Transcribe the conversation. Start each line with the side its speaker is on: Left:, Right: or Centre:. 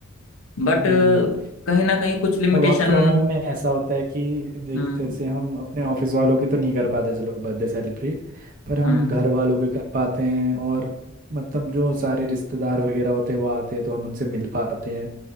Left: बट
Right: हम्म।
Left: कहीं ना कहीं कुछ लिमिटेशन
Right: वर्क फ्रॉम होम में ऐसा होता है कि देख
Left: हम्म
Right: जैसे हम अपने ऑफिस वालों के तो नहीं कर पाते चलो बर्थडे सेलिब्रेट पर हम
Left: हम्म
Right: घर वालों के कर पाते हैं और मतलब जो सारे रिश्तेदार वगैरह होते हैं वो आते हैं तो हम उनसे मिल पाते हैं